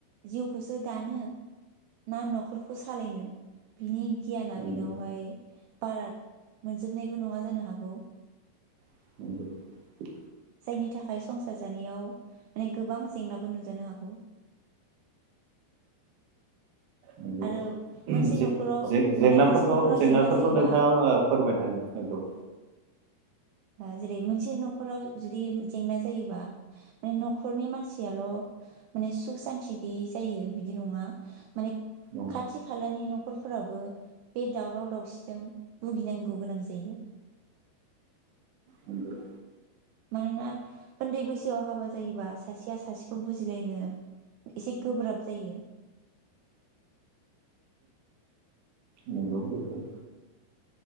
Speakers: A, on the right (about 80°); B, on the right (about 65°).
A: जिउखौसो दानो ना न'खरखौ सालायनो बिनि गियाना
B: नंगौ
A: बेनावहाय बारा मोनजोबनायबो नङा जानो हागौ।
B: ् <inaudible>
A: जायनि थाखाय संसार जानायाव माने गोबां जेंनाबो नुजानो हागौ।
B: नंगौ
A: आरो मोनसे
B: जे-जे-जेंनाफोरखौ
A: न'खराव माने मोनसे न'खराव
B: जेंनाफोरखौ
A: जेंना जायोबा
B: नोंथाङा ओ फोरमायनो हागोन ना नंगौ
A: ओ जेरै मोनसे न'खराव जुदि जेंना जायोबा माने न'खरनि मानसियाल' माने सुख सान्थि गैयि जायो बिदि नङा माने
B: नंगौ
A: खाथि खालानि न' खरफोराबो बे दावराव दावसिजों भुगिनांगौ गोनां जायो।
B: नंगौ
A: मानोना उन्दै बैसोआव हाबा जायोबा सासेया सासेखौ बुजिलायनो एसे गोब्राब जायो।
B: नंगौ बेखौ